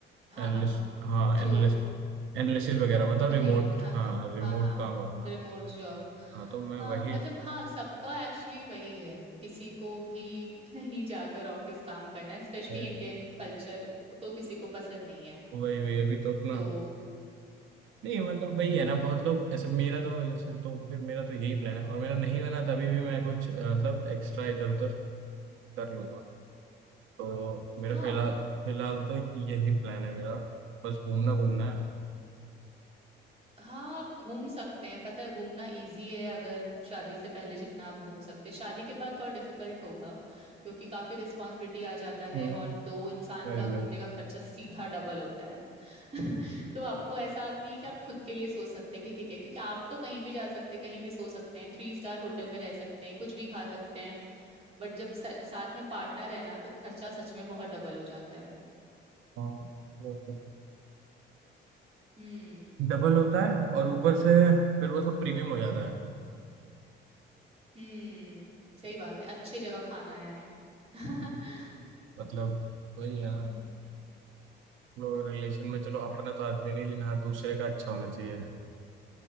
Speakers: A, on the right (about 30°); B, on the right (about 80°).
A: हाँ
B: एनालिस्ट
A: हम
B: हाँ
A: जो
B: एनालिस्ट एनालिसिस वगैरह मतलब रिमोट
A: राइट हाँ
B: हाँ
A: हाँ
B: रिमोट
A: हाँ हाँ
B: काम अपना
A: Remote job
B: हाँ तो मैं
A: हाँ
B: वही
A: मतलब हाँ सबका एक्चुअली वही है किसी को भी नहीं जाकर ऑफिस काम करना है स्पेशली
B: वही
A: इंडियन कल्चर तो किसी को पसंद नहीं है
B: वही अभी तो अपना
A: तो
B: नहीं मतलब वही
A: हम्म
B: है ना बहुत लोग ऐसे मेरा तो जैसे तो फिर मेरा तो यही प्लान है और मेरा नहीं बना तभी भी मैं कुछ अ, मतलब एक्स्ट्रा इधर उधर कर लूंगा तो मेरा
A: हाँ
B: फिलहाल फिलहाल तो यही प्लान है मेरा बस घूमना घूमना है
A: हाँ आप घूम सकते हैं पता है घूमना इजी है अगर शादी से पहले जितना आप घूम सकते हैं शादी के बाद थोड़ा डिफिकल्ट होगा क्योंकि काफी रिस्पॉन्सिबिलिटी आ जाता
B: हम्म
A: है और दो इंसान
B: वही
A: का घूमने
B: वही
A: का खर्चा सीधा डबल होता है <laughs> तो आपको ऐसा आप नहीं है कि आप खुद के लिए सोच सकते हैं कि ठीक है क्योंकि आप तो कहीं भी जा सकते हैं कहीं भी सो सकते हैं थ्री स्टार होटल में रह सकते हैं कुछ भी खा सकते हैं बट जब स- साथ में पार्टनर है ना तो खर्चा सच में बहुत डबल हो जाता है
B: हाँ वो तो है।
A: हम्म
B: डबल होता है और ऊपर से फिर वो सब प्रीमियम हो जाता
A: हम्म सही बात है अच्छी जगह खाना है <laughs>
B: है मतलब वही है ना
A: हम्म
B: लोग रिलेशन में चलो अपना तो आदमी नहीं लेना दूसरे का अच्छा होना चाहिए